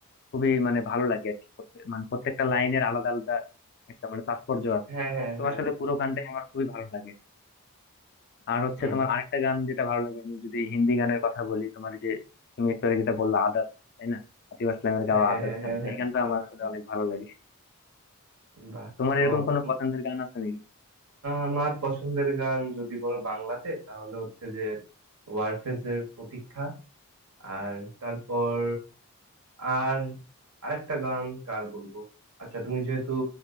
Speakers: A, on the left; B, on the right.
A: খুবই মানে ভালো লাগে আর কি প্রত্যেক- মানে প্রত্যেকটা লাইনের আলাদা আলাদা একটা মানে তাৎপর্য আছে
B: হ্যাঁ হ্যাঁ
A: তো
B: হ্যাঁ
A: আসলে পুরো গানটাই আমার খুবই ভালো লাগে আর হচ্ছে
B: হুম
A: তোমার আরেকটা গান যেটা ভালো লাগে আমি যদি হিন্দি গানের কথা বলি তোমার যে তুমি একটু আগে যেটা বললা আদাত তাই না আতিফ আসলামের
B: হ্যাঁ
A: গাওয়া
B: হ্যাঁ
A: আদাত
B: হ্যাঁ
A: গান
B: হ্যাঁ
A: তো
B: হ্যাঁ
A: এই গানটা
B: আধা
A: আমার আসলে
B: আধা
A: অনেক ভালো লাগে
B: বাহ
A: তোমার এরকম
B: ও,
A: কোনো
B: তুম-
A: পছন্দের গান আছে নাকি
B: আমার পছন্দের গান যদি বলো বাংলাতে তাহলে হচ্ছে যে ওয়ারফেজের প্রতীক্ষা আর তারপর আর আরেকটা গান কার বলবো আচ্ছা তুমি যেহেতু